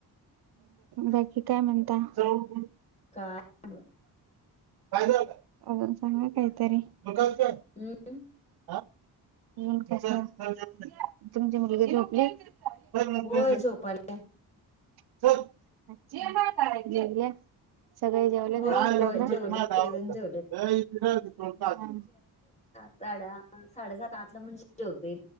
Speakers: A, on the right (about 70°); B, on the left (about 15°).
A: बाकी काय म्हणता? <unintelligible>
B: काय नाय बघ.
A: अजून सांगा काहीतरी? <unintelligible>
B: हू
A: <unintelligible> नंतर
B: होय झोपाला.
A: चल, <unintelligible>
B: होय होय
A: <unintelligible>
B: जेवले सगळेजण जेवलेत. साड्या साडेसात आठ ला म्हणजे जेवते ये.